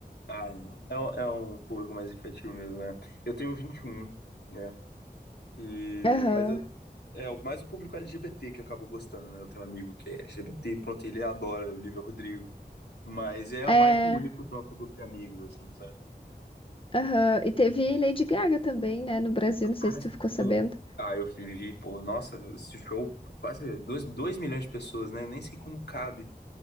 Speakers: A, on the left; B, on the left.
A: Ah, é, um- é, um é um público mais infantil mesmo, né? Eu tenho vinte e um né? E,
B: Aham.
A: mas eu- é o- mais o público LGBT que acabou gostando, né? Eu tenho um amigo que é LGBT, pronto, ele adora o Olivia Rodrigo. Mas é
B: É.
A: mais o único do nosso grupo de amigos, assim, sabe?
B: Aham, E teve Lady Gaga também, né, no Brasil, não sei
A: Ah,
B: se
A: sim.
B: tu ficou sabendo.
A: Ah, eu vivi, pô, nossa, esse show, quase dois dois, milhões de pessoas, né? Nem sei como cabe.